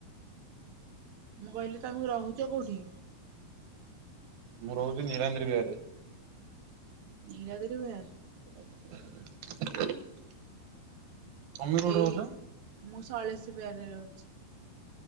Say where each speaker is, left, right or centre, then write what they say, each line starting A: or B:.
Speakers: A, on the right (about 65°); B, on the right (about 75°).
A: ମୁଁ କହିଲି ତୋମକୁ ରହୁଚ କୋଉଠି?
B: ମୁଁ ରହୁଚି ନୀଳାନ୍ଦ୍ରି ବିହାରରେ।
A: ନୀଳାଦ୍ରି ବିହାର।
B: <inaudible> ତମେ କୋଉଠି
A: ଏଇ
B: ରହୁଛ?
A: ମୁଁ ଶୈଳଶ୍ରି ବିହାରରେ ରହୁଛି।